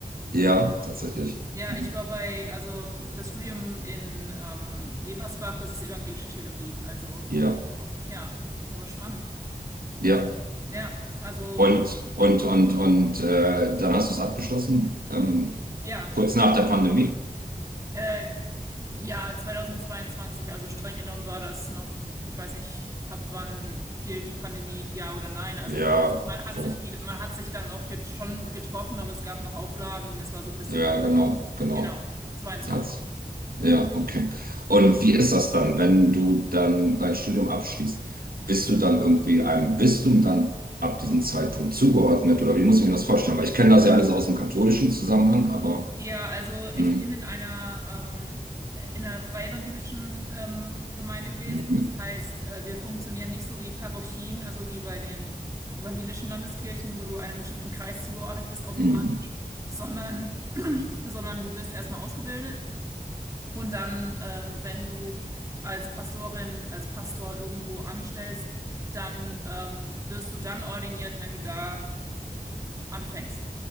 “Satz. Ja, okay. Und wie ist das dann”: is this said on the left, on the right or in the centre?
Right